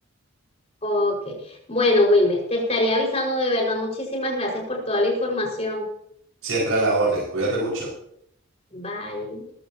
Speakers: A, on the left; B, on the right.
A: Ok. Bueno, Wilmer, te estaría avisando de verdad. Muchísimas gracias por toda la información.
B: Siempre a la orden. Cuídate mucho.
A: Bye.